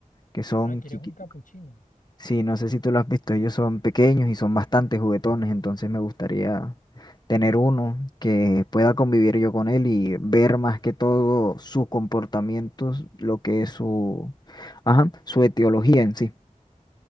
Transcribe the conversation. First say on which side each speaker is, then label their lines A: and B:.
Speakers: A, on the left (about 30°); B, on the left (about 85°).
A: que son
B: Ah, ¿quieres
A: chiquitos.
B: un capuchino?
A: Sí, no sé si tú lo has visto, ellos son pequeños y son bastante juguetones, entonces me gustaría tener uno que pueda convivir yo con él y ver más que todo sus comportamientos, lo que es su, ajá, su etiología en sí.